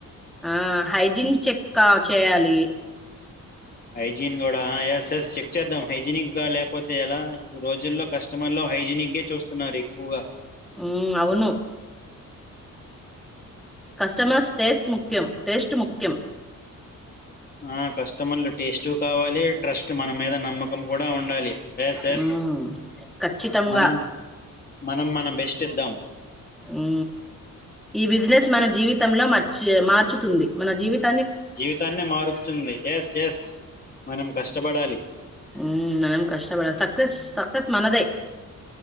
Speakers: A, in the centre; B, on the left (about 30°).
A: ఆ హైజీన్ చెక్క చేయాలి
B: హైజీన్ కూడా ఆ ఎస్ ఎస్ చెక్ చేద్దాం హైజనిక్ గా లేకపోతే ఎలా, ఈ రోజుల్లో కస్టమర్ లో హైజీనిక్ ఏ చూస్తున్నారు ఎక్కువగా.
A: ఉమ్ అవును కస్టమర్స్ టేస్ ముఖ్యం టేస్ట్ ముఖ్యం
B: ఆ కష్టమర్లు టేస్ట్ ట్రూ కావాలి ట్రస్ట్ మన మీద నమ్మ నమ్మకం కూడా ఉండాలి ఎస్ ఎస్
A: హుమ్ ఖచ్చితంగా
B: మనం మనం మన బెస్ట్ ఇద్దాం
A: హు ఈ బిజినెస్ మన జీవితంలో మచ్ మార్చుతుంది మన జీవిత్
B: జీవితాన్నే మారుతుుంది ఎస్ ఎస్ మనం కష్టపడాలి
A: మ్మ్ మనం కష్ట బేడ సక్కస్ సక్కస్ మనదే